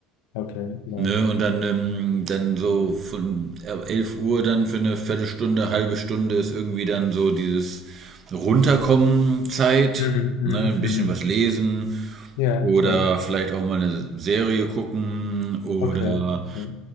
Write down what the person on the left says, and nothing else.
okay, nice.
Mhm, mhm,
mhm.
Ja,
ja.
Okay, okay,